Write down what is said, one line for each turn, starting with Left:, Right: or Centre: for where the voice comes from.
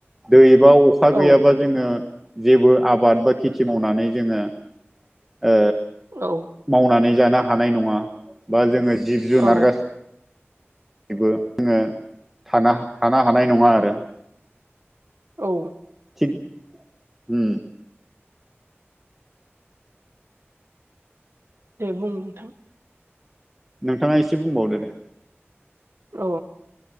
Centre: दै बा अखा
Right: औ
Centre: गैयाबा जोङो जेबो आबाद बा खेथि मावनानै जोङो ओ
Right: औ
Centre: मावनानै जानो हानाय नङा बा जोङो जिब जुनार
Right: औ
Centre: गासि बो जोङो थानो हानाय नङा आरो
Right: औ
Centre: थिग उ
Right: दे बुं नोंथां
Centre: नोंथाङा एसे बुंबावदो दे
Right: औ